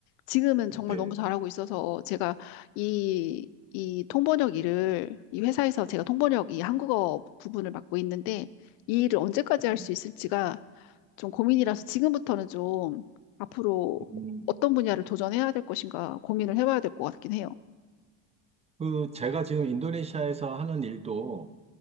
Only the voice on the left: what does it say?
지금은
정말 너무 잘하고 있어서 제가 이, 이 통번역 일을, 이 회사에서 제가 통번역 이 한국어 부분을 맡고 있는데, 이 일을 언제까지 할
수 있을지가 좀 고민이라서 지금부터는 좀 앞으로
어떤 분야를 도전해야 될 것인가 고민을 해봐야 될 것 같긴 해요.